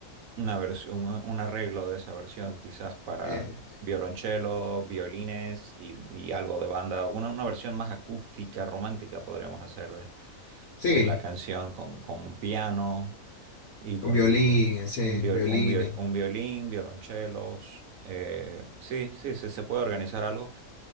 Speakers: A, on the right; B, on the left.
A: Una versión, un un arreglo de esa versión, quizás para
B: Eh,
A: violonchelo, violines y, y algo de banda, una, una versión más acústica, romántica podríamos hacer de,
B: sí,
A: de la canción con, con un piano y con
B: un violín,
A: un,
B: sí,
A: un viol-
B: violines.
A: un viol- un violín, violonchelos. eh, sí, sí, sí, se puede organizar algo.